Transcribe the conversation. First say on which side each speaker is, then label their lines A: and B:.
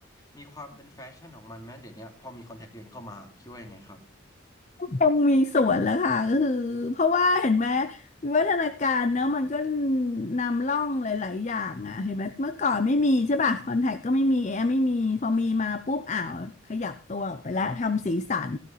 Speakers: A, on the left (about 20°); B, on the left (about 35°).
A: มีความเป็นแฟชั่นของมันแม้เดี๋ยวเนี้ยพอมีคอนแทคเลนส์เข้ามาคิดว่ายังไงครับ
B: คงมีส่วนแล้วค่ะก็คือเพราะว่าเห็นไหมวิวัฒนาการเนอะมันก็นำร่องหลายๆอย่างอ่ะเห็นไหมเมื่อก่อนไม่มีใช่ป่ะคอนแทคก็ไม่มีแอร์ไม่มีพอมีมาปุ๊บอ้าวขยับตัวออกไปละทำสีสัน